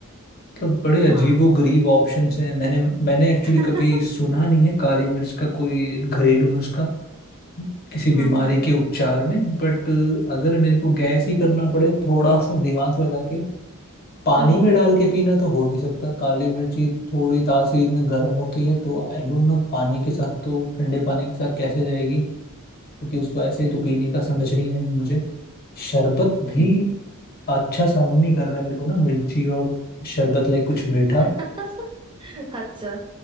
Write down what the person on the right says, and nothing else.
हाँ
<laughs>
हाँ हाँ
हाँ
हम्म
हम्म।
<laughs> अच्छा